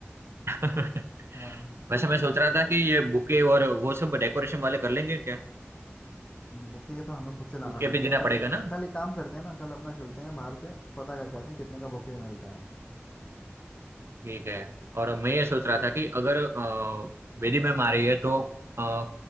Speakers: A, on the right; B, on the left.
A: <laughs>
B: हाँ
A: वैसे मैं सोच रहा था कि ये बुके और वो सब डेकोरेशन वाले कर लेंगे क्या
B: बुके तो हमें खुद से लाना
A: बुके
B: पड़ेगा
A: भी देना पड़ेगा
B: कल एक,
A: ना
B: कल एक काम करते हैं ना कल अपना चलते हैं बाहर से पता करके आते हैं कितने का बुके मिलता है
A: ठीक है और मैं ये सोच रहा था कि अगर अ, वेदी मैम आ रही है तो अ,